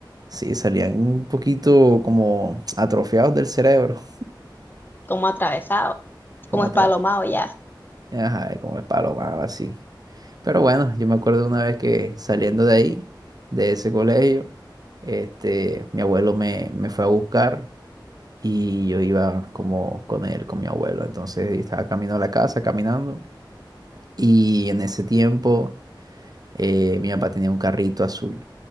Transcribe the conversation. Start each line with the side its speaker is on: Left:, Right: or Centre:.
Right: Sí, salían un poquito como atrofiados del cerebro,
Left: como atravesado,
Right: <laughs> como
Left: como
Right: atra-
Left: espalomado ya.
Right: ajá, como espalomados así. Pero bueno, yo me acuerdo de una vez que saliendo de ahí, de ese colegio, este, mi abuelo me, me fue a buscar y yo iba como con él, con mi abuelo. Entonces estaba camino a la casa, caminando. Y en ese tiempo eh, mi papá tenía un carrito azul.